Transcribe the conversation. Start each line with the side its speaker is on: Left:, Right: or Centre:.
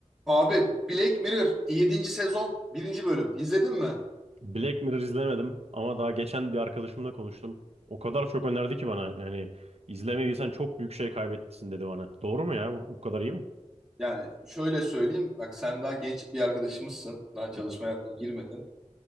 Centre: Abi Black Mirror yedinci sezon birinci bölüm izledin mi?
Right: Black Mirror izlemedim ama daha geçen bir arkadaşımla konuştum. O kadar çok önerdi ki bana yani izlemediysen çok büyük şey kaybettin dedi bana. Doğru mu ya? Bu bu kadar iyi mi?
Centre: Yani şöyle söyleyeyim bak sen daha genç bir arkadaşımızsın. Daha çalışma
Right: Hı hı.
Centre: hayatına girmedin.